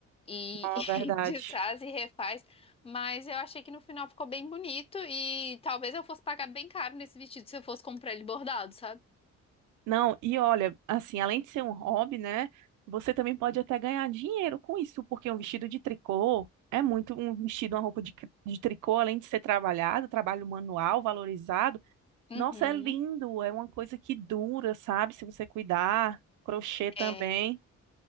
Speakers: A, on the left; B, on the right.
A: e,
B: é uma
A: <laughs>
B: verdade.
A: e desfaz e refaz. Mas eu achei que no final ficou bem bonito e talvez eu fosse pagar bem caro nesse vestido se eu fosse comprar ele bordado, sabe?
B: Não, e olha, assim, além de ser um hobby, né? Você também pode até ganhar dinheiro com isso, porque um vestido de tricô é muito um vestido, uma roupa de, cri- de tricô, além de ser trabalhado, trabalho manual, valorizado.
A: Uhum.
B: Nossa, é lindo, é uma coisa que dura, sabe? Se você cuidar, crochê também.
A: É,